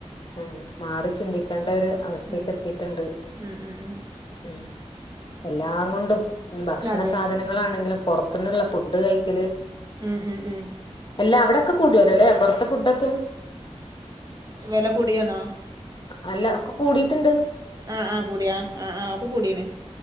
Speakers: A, on the left; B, on the right.
A: ഉം മാറി ചിന്തിക്കണ്ടൊരു അവസ്ഥീക്കെത്തിട്ടുണ്ട്
B: ഉം ഉം ഉം ഉം
A: ഉം എല്ലാങ്ങൊണ്ടും ഇനി ഭക്ഷണ
B: അതെ
A: സാധനങ്ങളാണെങ്കിലും പൊറത്ത്ന്ന്ള്ള ഫുഡ് കഴിക്കല്
B: ഉം ഉം ഉം
A: അല്ലാ അവിടൊക്കെ കൂടിയോലൊ ലേ പൊർത്തെ ഫുഡൊക്കെ
B: വെല കൂടിയോന്നോ
A: അല്ല ഒക്കെ കൂടിട്ട്ണ്ട്
B: ആഹ് ആഹ് കൂടിയാ ആഹ് ആഹ് ഒക്കെ കൂടിണ്